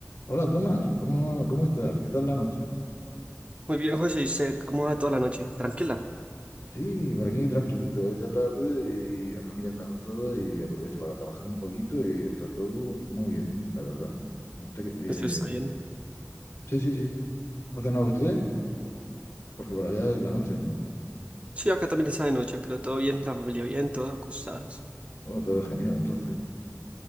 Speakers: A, on the left (about 65°); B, on the right (about 25°).
A: Hola Tomás, ¿cómo, cómo estás? ¿Qué tal la noche?
B: Muy bien, José, ¿y usted cómo va toda la noche? Tranquila,
A: Sí, por aquí tranquilito, es ya tarde y la familia está acostada y aprovecho para trabajar un poquito y está todo muy bien, la verdad. Usted, que- eh,
B: eso está bien.
A: sí, sí, sí, sí. ¿Ha cenado usted? Porque por allá es la noche, ¿no?
B: Sí, acá también está de noche, pero todo bien, la familia bien, todos acostados.
A: Bueno, todo genial, entonces.